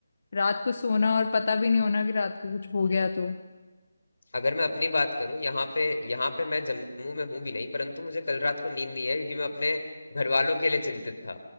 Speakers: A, on the left; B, on the left.
A: रात को सोना और पता भी नहीं होना कि रात को कुछ हो गया तो
B: अगर मैं अपनी बात करूं यहाँ पे यहाँ पे मैं जम्मू में हूं भी नहीं परंतु मुझे कल रात को नींद नहीं है क्योंकि मैं अपने घर वालों के लिए चिंतित था